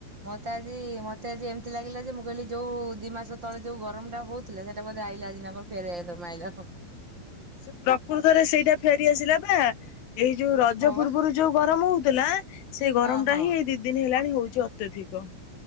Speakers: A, on the right (about 30°); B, on the left (about 85°).
A: ମତେ ଆଜି, ମତେ ଆଜି ଏମିତି ଲାଗିଲା ଯେ ମୁଁ କହିଲି ଯୋଉ, ଦି ମାସ ତଳେ ଯୋଉ ଗରମ ଟା ହଉ ଥିଲା ସେଇଟା ବୋଧେ ଆଇଲା ଆଜି ନା କଣ ଫେରେ ମାଇଲା ଆଉ।
B: ସେ ପ୍ରକୃତରେ ସେଇଟା ଫେରିଆସିଲା ବା ଏଇ ଯୋଉ ରଜ
A: ହଁ
B: ପୂର୍ବୁରୁ
A: ବା
B: ଯୋଉ ଗରମ ହଉଥିଲା। ସେଇ ଗରମ
A: ହଁ ହଁ
B: ଟା ହିଁ ଏଇ ଦି ଦିନ ହେଲାଣି ହଉଚି ଅତ୍ୟଧିକ।